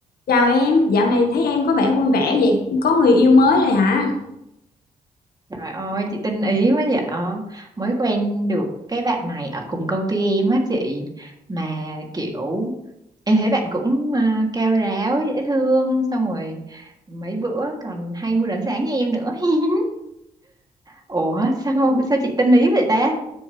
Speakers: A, on the left; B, on the right.
A: Chào em, dạo này thấy em có vẻ vui vẻ vậy, có người yêu mới rồi hả?
B: Trời ơi, chị tinh ý quá vậy. Ờ, Mới quen được cái bạn này ở cùng công ty em á chị. Mà kiểu em thấy bạn cũng à, cao ráo, dễ thương. Xong rồi mấy bữa còn hay mua đánh sáng như em nữa. <laughs> Ủa sao sao chị tinh ý vậy ta?